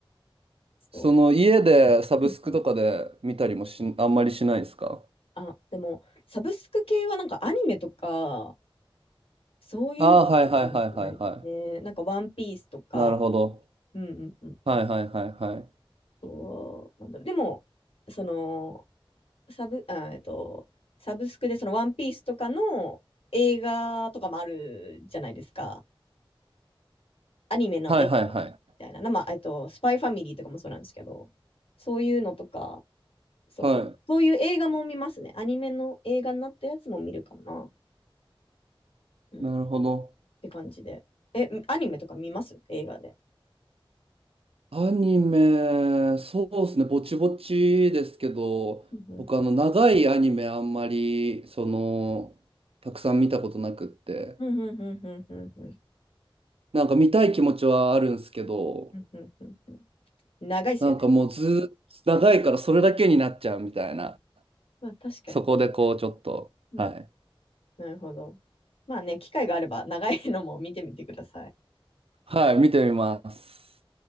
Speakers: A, on the left; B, on the right.
A: そ
B: その家でサブスクとかで見たりもし、
A: う。うんうん。
B: あんまりしないですか
A: あ、でも、サブスク系はなんかアニメとか、そういうのかもしれないですね。
B: ああー、はいはいはいはいは
A: なんかワンピースとか、
B: い。なるほど。
A: うんうんうん。
B: はいはいはいはい。
A: となんだろう。でも、その、サブ、あ、えっと、サブスクでそのワンピースとかの映画とかもあるじゃないですか。アニメの映画みたいな。
B: はいはいはい。
A: なまあ、えっと、スパイファミリーとかもそうなんですけど、そういうのとか、そう、
B: は
A: え、そういう映画も見ますね。アニメの映画になったやつも見るかもな。うん。
B: い。なるほど。
A: って感じで。え、アニメとか見ます映画で。
B: アニメ、そうですね、ぼちぼちですけど、
A: うんうん。
B: 僕あの長いアニメあんまり、その、たくさん見たことなくって、
A: うんうんうんうんうんうん。
B: なんか見たい気持ちはあるんですけど、
A: うんうんうんうん長いですよね。
B: なんかもうずーっと長いからそれだけになっちゃうみたいな。
A: まあ確かに。
B: そこでこう、ちょっと、
A: うん、
B: はい。
A: なるほど。まあね、機会があれば長いのも見てみてください。
B: はい、見てみます。